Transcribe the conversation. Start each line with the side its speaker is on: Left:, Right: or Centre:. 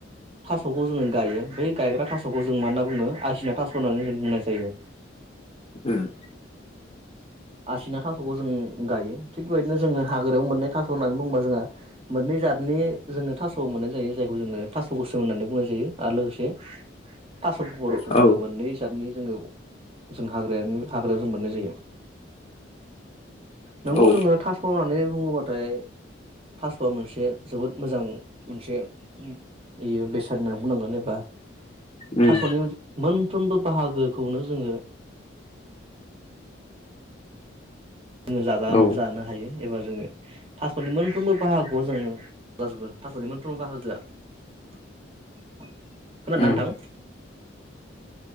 Right: थास'खौ जोङो गायो। बै गायग्रा थास'खौ जों मा होनना बुङो आसिना थास' होननानै जों बुंनाय जायो।
Left: ओम
Right: आसिना थास'खौ जों गायो। थिग बेबायदिनो जोङो हाग्रायाव मोननै थास' होननानै बुंङोबा जोंहा मोननै जादनि जोङो थास' औ मोननाय जायो जायखौ जोङो थास' गोसोम होननानै बुंनाय जायो आरो लोगोसे थास' गुफुर जोङो
Left: औ
Right: मोननै जादनि जोङो जों हाग्राय हाग्रायाव जों मोननाय जायो। नोंगौ
Left: औ
Right: जोङो थास' होननानै बुङोबाथाय थास'आ मोनसे जोबोद मोजां मोनसे बियो बेसाद होनाना बुंनांगोन एबा
Left: उम
Right: थास'नि मोनफ्रोमबो बाहागोखौनो जोङो जोङो जाजा
Left: औ
Right: जानो हायो। एबा जोङो थासप'तनि मोनफ्रोमबो बाहागोआव जोङ गसिबो तास'नि मोनफ्रोमबो बाहागोआ। खोनादोंना
Left: उम
Right: नोंथां?